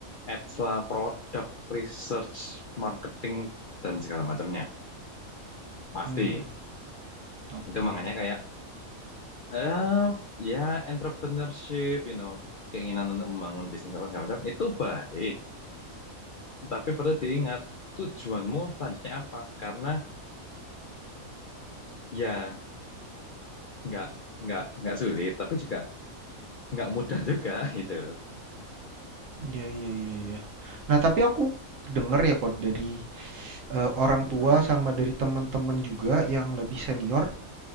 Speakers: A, on the left (about 60°); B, on the right (about 70°).
A: ads lah, produk, research, marketing dan segala macamnya. Pasti.
B: Hmm, oke.
A: Itu makanya kayak eh ya entrepreneurship, you know, keinginan untuk membangun bisnis apa segala macam itu baik. Tapi perlu diingat tujuanmu selanjutnya apa? Karena ya nggak nggak nggak sulit tapi juga nggak mudah juga <laughs> gitu
B: Iya iya iya iya. Nah, tapi aku denger ya kok dari eh, orang
A: Mhm.
B: tua sama dari teman-teman juga yang lebih senior,